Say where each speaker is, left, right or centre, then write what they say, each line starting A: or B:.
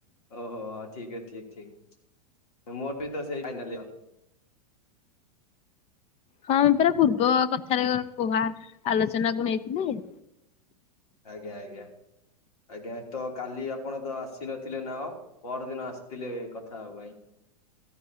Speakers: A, on the left (about 65°); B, on the left (about 30°).
A: ଅ ଓ ଠିକ୍ ହେ ଠିକ୍ ଠିକ୍ ମୋର ବି ତ ସେଇ ଫାଇନାଲି ଇଅର।
B: ହଁ ପରା ପୂର୍ବ କଥାରେ କୁହା ଆଲୋଚନା କୁ ନେଇଥିଲି।।
A: ଆଜ୍ଞା ଆଜ୍ଞା। ଆଜ୍ଞା ତ କାଲି ଆପଣ ତ ଆସିନଥିଲେ ନ ଅ। ପରଦିନ ଆସିଥିଲେ କଥା ହବା ପାଇଁ।